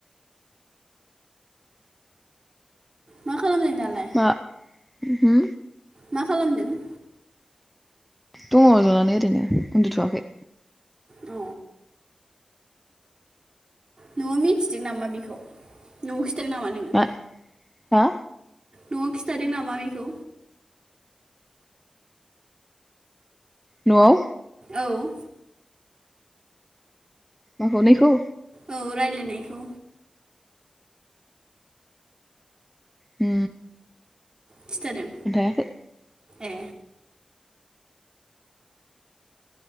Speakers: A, on the right; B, in the centre.
A: मा खालामदों? दालाय
B: मा? हो?
A: मा खालामदों?
B: दङ जनानै ओरैनो उन्दुथ'वाखै।
A: अ। न'आव मिथिदों नामा बेखौ <unintelligible> नामा नोङो
B: मा हा?
A: न'आव खिन्थादों नामा बेखौ?
B: न'आव
A: औ।
B: माखौ नैखौ
A: औ रायलायनायखौ
B: ओ।
A: खिथादों
B: खोनथायाखै।
A: ए।